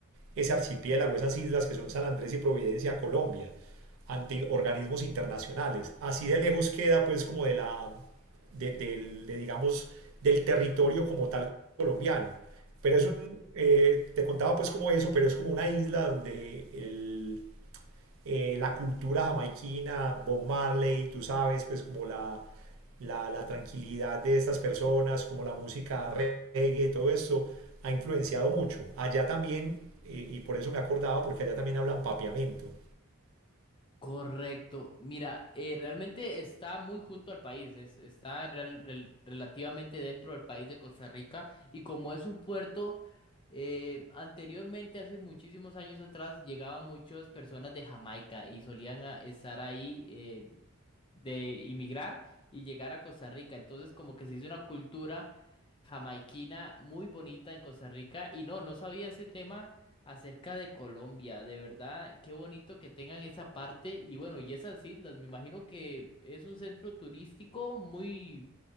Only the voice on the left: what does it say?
Correcto. Mira, eh, realmente está muy junto al país, es- está rel- rel- relativamente dentro del país de Costa Rica y como es un puerto, eh, anteriormente, hace muchísimos años atrás, llegaban muchas personas de Jamaica y solían a- estar ahí. eh, de inmigrar y llegar a Costa Rica. Entonces, como que se hizo una cultura jamaiquina muy bonita en Costa Rica. Y no, no sabía ese tema acerca de Colombia. De verdad, qué bonito que tengan esa parte. Y bueno, y esas islas, me imagino que es un centro turístico muy,